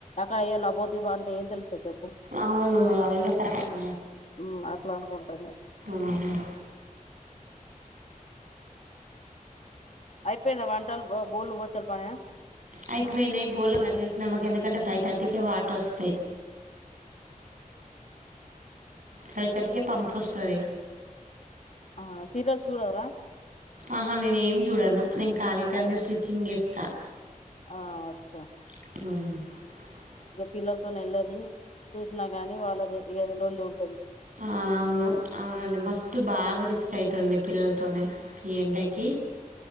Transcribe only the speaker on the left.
క్క లబో బిభో అంటే ఎం తెలుస్తదిచేప్
ఉమ్, అట్లా అనుకుంటాను
అయిపోయిందా వంటలు బో-బోల్లు బోచ్చలి పనినా
ఆ సీరియల్ చూడరా
ఆ
ఆ అచ్చా
పిల్లలతో నేళ్ళేది చూసినాగాని వాళ్ళది ఇగ లోల్లి ఉంటది